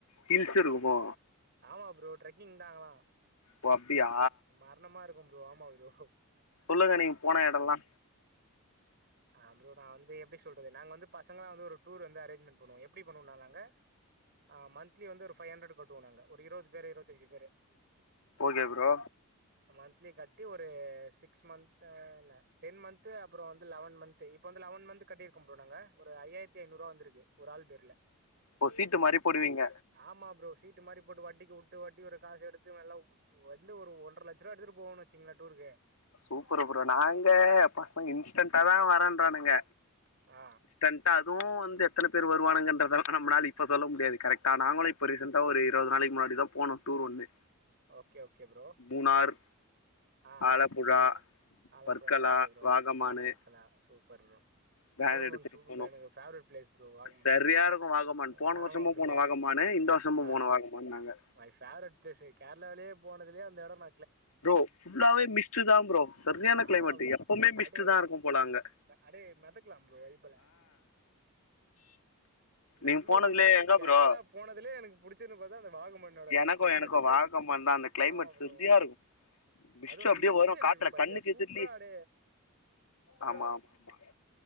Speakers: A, on the left (about 80°); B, on the right (about 50°).
A: ஹில்சு இருக்குமா
B: ஆமா ப்ரோ ட்ரக்கிங் தா அங்களா
A: ஓ அப்டியா
B: மரணமா இருக்கு ப்ரோ ஆமா ப்ரோ
A: சொல்லுங்க நீங்க போன எடல்லா
B: அம்ப்ரோட் ஆந் இப்ப எப்டி சொல்றது நாங்க வந்து பசங்களா வந்து ஒரு டூர் வந்து அரேஞ்மெண்ட் பண்ணுவோ எப்டி பண்ணுவோனா நாங்க ஆ மந்த்லி வந்து ஒரு ஃபைவ் ஹண்டர்டு கட்டுவோ நாங்க ஒரு இருபது பேரு இருபத்தஞ்சு பேரு
A: ஓகே ப்ரோ
B: மந்த்லி கட்டி ஒரு சிக்ஸ் மந்த் டென் மந்த் அப்ரோ வந்து லெவன் மந்த் இப்போ வந்து லெவன் மந்த் கட்டிர்க்கோ ப்ரோ நாங்க ஒரு ஐயாயர்த்தி ஐநூருவா வந்திருக்கு ஒரு ஆள் பேர்ல
A: ஓ சீட்டு மாரி போடுவீங்க
B: ஆமா ப்ரோ சீட்டு மாரி போட்டு வட்டிக்கு வுட்டு வட்டியோட காச எடுத்து இவ எல்லா வந்து ஒரு ஒன்ற லட்சருவா எடுத்துட்டு போவோனு வச்சிங்லே டூருக்கு
A: சூப்பரு ப்ரோ நாங்க பசங்க இன்ஸ்டன்டாதா வரன்றானுங்க
B: ஆ
A: ரெண்ட் அதுவு வந்து எத்தன பேர் வருவானுங்கன்றதொல்லா நம்மளால இப்போ சொல்ல முடியாது கரெக்ட் டா நாங்களு இப்ப ரீசெண்டா ஒரு இருவது நாளைக்கு முன்னாடிதா போனோ டூர் ஒண்ணு
B: ஓக்கே ஓக்கே ப்ரோ
A: மூணார்
B: ஆ
A: ஆலப்புழா
B: ஆலப்புழா
A: வர்க்கலா
B: ஓக்கே ப்ரோ
A: வாகமானு
B: Varkala super bro
A: van
B: Vagamon
A: எடுத்துட்டு
B: சூப்பர்
A: போனோ
B: எனக்கு ஃபேவரட் பிளேஸ் ப்ரோ வாகமன்
A: சரியா இருக்கு வாகமான்
B: அஹ்
A: போன வருஷமு
B: ஆமா ப்ரோ
A: போனோ வாகமானு இந்தோ திரும்ப
B: ஆ
A: போனோ வாகமான் நாங்க
B: மை ஃபேவரட் பிளேஸ் கேரளாலேயே போனதுலயே அந்தெடம்
A: ப்ரோ ஃபுல்லாவே மிஸ்டு தா ப்ரோ சரியான கிளைமேட்டு
B: ஆமா ப்ரோ
A: எப்போமே மிஸ்ட்
B: அடே
A: தா இருக்குபோலங்க
B: அடே மெதக்லா ப்ரோ வைபுல நா
A: நீங்க
B: அதுதா
A: போனதுலயே
B: சொல்றனே
A: எங்க
B: கேரளா
A: ப்ரோ
B: போனதுலயே எனக்கு புடிச்சதுனு பாத்தா அந்த வாகமண்ணோட
A: எனக்கு
B: கிளைமேட்ஸ்சு
A: எனக்கு வாகமான் தா அந்த கிளைமேட்
B: ஆமா ப்ரோ
A: சரியா இருக்கு மிஸ்ட்
B: அதுந்த
A: அப்டியே
B: ஹில்ஸ்
A: வரு
B: இருக்குங்க
A: காத்துல
B: பாத்தியா
A: கண்ணுக்கு
B: சூப்ரா
A: எதிர்லயே
B: அட
A: ஆமா
B: அ
A: ஆமா ஆமா